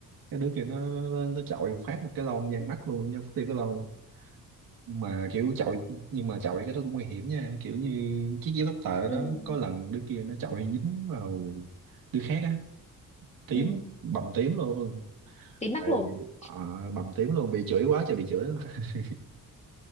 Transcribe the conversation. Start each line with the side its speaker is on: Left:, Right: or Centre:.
Right: cái đứa kia nó nó, nó chọi phát một cái lon giang
Left: ừ
Right: mắt luôn nha tiêu cái lon luôn nhưng mà kiểu chọi nhưng mà chọi cái đó cũng nguy hiểm nha kiểu như chiếc dép tóc tờ
Left: ừ,
Right: đó có lần đứa kia nó chọi dính vào đứa khác á tím
Left: ừ.
Right: bầm tím luôn
Left: tím mắt
Right: Tại
Left: luôn
Right: bị ờ, bầm tím luôn bị chửi quá trời bị chửi <laughs>